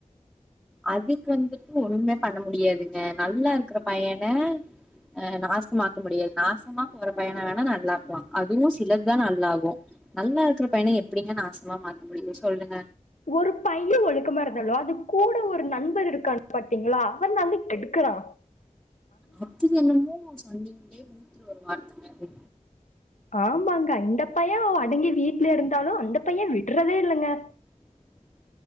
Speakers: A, in the centre; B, on the left.
A: அதுக்கு வந்துட்டு ஒன்னுமே பண்ண முடியாதுங்க நல்லா இருக்குற பையன அ நாசமாக்க முடியாது நாசமா போற பையன வேணா நல்லாக்குலா அதுவு சிலதுதா நல்லாகு நல்லா இருக்கிற பையன எப்படிங்க நாசமா மாத்த முடியு சொல்லுங்க
B: ஒரு பைய ஒழுக்கமா இருந்தாலு அது கூட ஒரு நண்பர் இருக்கான் பாத்தீங்களா அவன் தாங்க கெடுக்க குறா
A: அது என்னமோ சொன்னீங்களே நூத்துல ஒரு வார்த்தைங்க அது
B: ஆமாங்க இந்த பைய அடங்கி வீட்ல இருந்தாலு அந்த பைய விட்டுறதே இல்லைங்க
A: <inaudible>